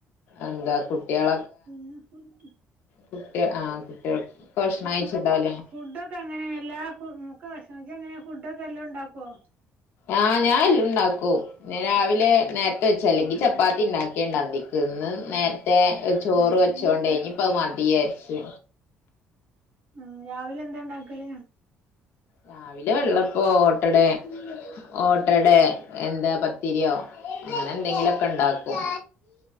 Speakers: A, on the left; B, on the right.
A: എന്താ കുട്ടിളൊ
B: <unintelligible>
A: കുട്ടി ആ കുട്ട്യേൾ ഭഷ്ണംകയ്ച്ച്ണ്ടാവുലെ
B: ഫുഡക്കെ എങ്ങനെ എല്ലാ ക്കു ഭക്ഷണംകയിച് ഇജ്എങ്ങനെ ഫുഡൊക്കെല്ലാണ്ടാക്കുവോ
A: ആഹ് ഞാഎല്ലുംണ്ടാക്കും രാവിലെ നേര്ത്തെവെച്ച അല്ലെങ്കിൽ
B: ഉം
A: ചപ്പാത്തിണ്ടാക്കും പ്പീണ്ടന്തിക്ക്‌ ഇന്ന് നേരത്തെ ചോറ്
B: ഉം
A: വെച്ചോണ്ട് ഇന്നിപ്പ അഹ് മതിയാര്ച്ച്
B: ആഹ് രാവിലെന്താണ്ടാക്കല്
A: രാവിലെ വെള്ളപ്പോ ഓട്ടടെ ഓട്ടടെ എന്താ പത്തിരിയോ അങ്ങനെ എന്തെങ്കിലും ഒക്കെ ഇണ്ടാക്കും